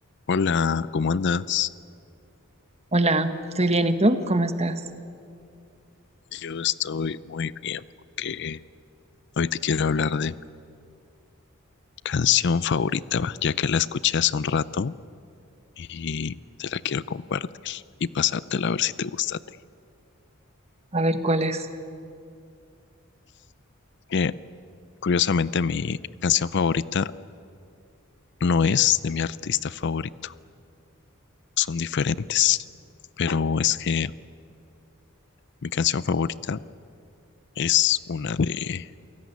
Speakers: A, on the left (about 55°); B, on the right (about 30°).
A: Hola, ¿cómo andas?
B: Hola, estoy bien. ¿Y tú? ¿Cómo estás?
A: Yo estoy muy bien porque hoy te quiero hablar de mi canción favorita, va, ya que la escuché hace un rato y te la quiero compartir y pasártela a ver si te gusta a ti.
B: A ver, ¿cuál es?
A: Que curiosamente mi canción favorita no es de mi artista favorito, son diferentes, pero es que mi canción favorita es una de